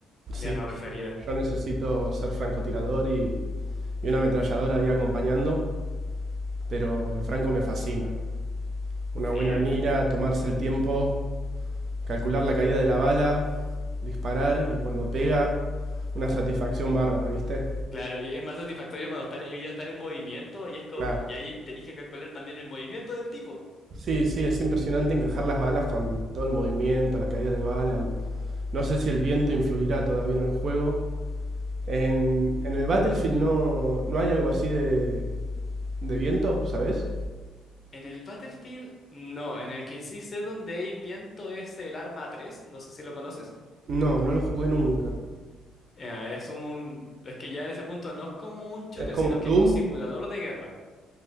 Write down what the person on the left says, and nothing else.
mi arma preferida.
Sí,
es-
claro, y es más satisfactorio cuando están, ellos están en movimiento y es como...
Y ahí tenéis que calcular también el movimiento del tipo.
En el Battlefield, no. En el que sí sé dónde hay viento es el arma tres no sé si lo conoces.
Eh, es un... Es que ya en ese punto no es como un shooter,
sino
que
es un simulador de guerra.